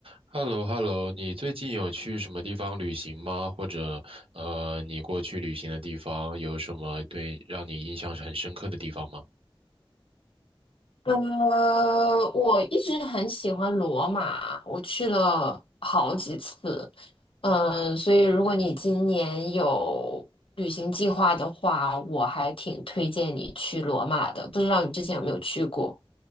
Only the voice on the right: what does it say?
h e l l o h e l l o 你最近有去什么地方旅行吗？或者，呃，你过去旅行的地方有什么对让你印象很深刻的地方吗？